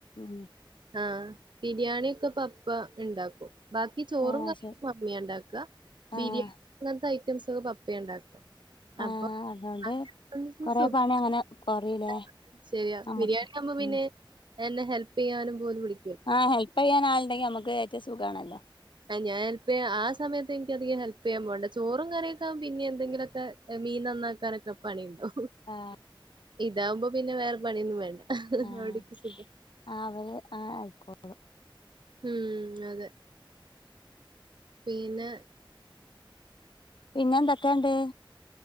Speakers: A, on the left (about 65°); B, on the right (about 60°).
A: മ്
B: ആ ബിരിയാണിയൊക്കെ പപ്പ ഇണ്ടാക്കും ബാക്കി ചോറും
A: ആഹ്
B: കാറിയൊക്കെ
A: ശരി
B: മമ്മിയാണ്ടാക്ക ബിരിയാ
A: ആഹ്
B: അങ്ങന് ത്തെ ഐറ്റംസൊക്കെ പപ്പിയ ണ്ടാക്ക അപ്പൊ
A: ആഹ് അതുകൊണ്ട്
B: അന്നത്തെ <unintelligible>
A: കൊറെ പണി അങ്ങനെ കൊറയൂലേ
B: ശെരിയാ
A: നമ്മക്ക്
B: ബിരിയാണി ആകുമ്പോ പിന്നെ
A: ഉം
B: എന്നെ ഹെല് പിയ്യാനും പോലും വിളി
A: ആ ഹെൽപെയ്യാനാള്ണ്ടെങ്കിൽ നമക്ക് ഏറ്റവും സുഖാണല്ലോ
B: ആ ഞാൻ ഹെൽപെയ്യ ആ സമയത്തെ എനക്ക അധികം ഹെൽപെയ്യാൻ പോണ്ട ചോറും കറിയൊക്കാവുപിന്നെം എന്തെങ്കിലൊക്കെ മീൻ നന്നാക്കാനൊക്കെ പണിയ്ണ്ടാവും
A: ആ
B: ഇതാവുമ്പോ പിന്നെ വേറെ പണിയൊന്നും വേണ്ട
A: ആഹ്
B: എടക്ക് സുഖ
A: ആഹ് അവര് ആഹ് ആയിക്കോ
B: ഉം അതെ പിന്നാ
A: പിന്നെന്തൊക്കെണ്ട്